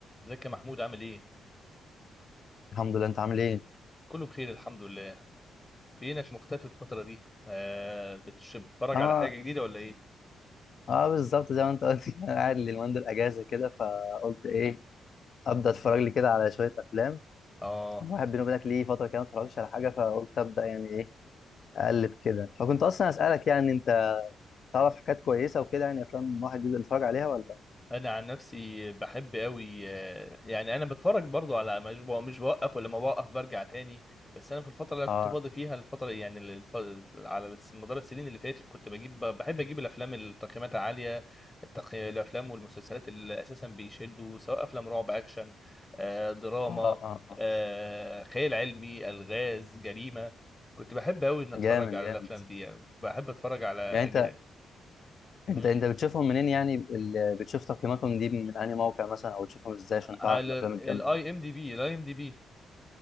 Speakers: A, on the left; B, on the left.
A: ازيك يا محمود عامل ايه؟
B: الحمد لله انت عامل ايه
A: كله بخير الحمد لله فينك مختفي الفترة دي؟ آه بتش- بتتفرج
B: اه
A: على حاجة جديدة ولا ايه؟
B: اه بالظبط زي ما انت قلت <laughs> كده، انا قاعد اليومين دول اجازه كده فقلت ايه ابدا اتفرج لي كده على شويه افلام
A: اه
B: الواحد بيني وبينك ليه فتره كده ما اتفرجش على حاجه فقلت ابدا يعني ايه اقلب كده فكنت اصلا اسالك يعني انت تعرف حاجات كويسه وكده يعني افلام الواحد يقدر يتفرج عليها ولا
A: انا عن نفسي بحب قوي آه، يعني انا بتفرج برضو على مش بو- مش بوقف ولما بوقف برجع تاني بس انا في الفتره اللي أنا
B: اه
A: كنت فاضي فيها الفتره يعني ال- الف... على الس- مدار السنين اللي فاتت كنت بجيب ب- بحب اجيب الافلام اللي تقييماتها عاليه التق... الافلام والمسلسلات اللي اساسا بيشدوا سواء افلام رعب اكشن آه، دراما
B: اه اه اه
A: آه، خيال علمي الغاز جريمه كنت بحب قوي ان اتفرج
B: جامد
A: على
B: جامد
A: الافلام دي يعني بحب اتفرج على
B: يعني
A: أج-
B: انت انت
A: مم.
B: انت بتشوفهم منين يعني ال- بتشوف تقييماتهم دي من انهي موقع مثلا او بتشوفهم ازاي عشان تعرف
A: على
B: الافلام
A: الاي
B: الجامده
A: ام دي بي الاي ام دي بي